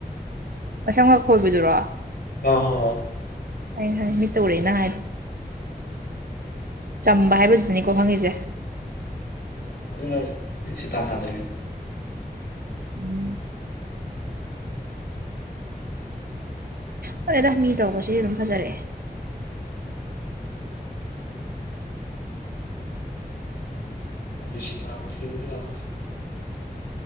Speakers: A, on the right; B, on the left.
A: ꯃꯁꯝꯒ ꯈꯣꯏꯕꯗꯨꯔꯣ
B: ꯍꯣꯏ ꯍꯣꯏ
A: ꯈ ꯈ ꯃꯤꯠ ꯇꯧꯔꯛꯦꯅ ꯍꯥꯏꯗ
B: ꯎꯝ
A: ꯆꯝꯕ ꯍꯥꯏꯕꯁꯤꯗꯅꯤꯀꯣ ꯈꯪꯉꯤꯁꯦ
B: ꯑꯗꯨꯅ ꯁꯤꯇꯥ ꯁꯥꯗꯣꯏꯅꯦ
A: ꯎꯝ ꯐꯔꯦꯗ ꯃꯤ ꯇꯧꯕꯁꯤ ꯑꯗꯨꯝ ꯐꯖꯔꯛꯑꯦ
B: ꯍꯧꯖꯤꯁꯤ ꯇꯥꯝ ꯊꯤꯌꯨꯗ ꯌꯥ